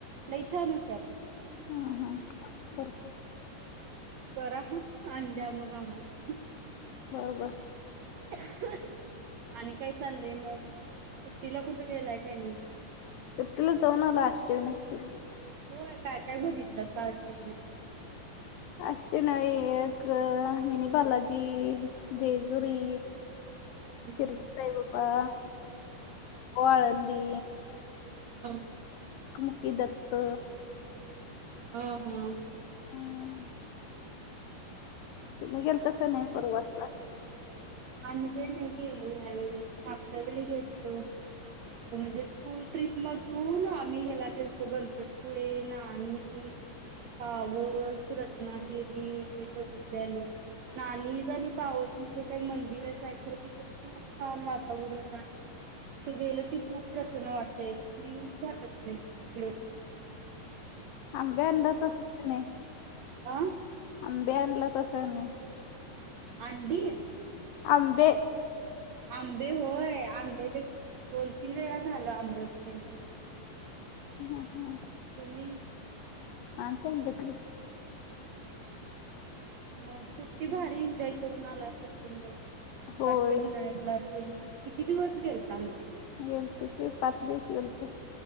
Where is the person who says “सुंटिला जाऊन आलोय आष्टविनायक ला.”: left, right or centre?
Left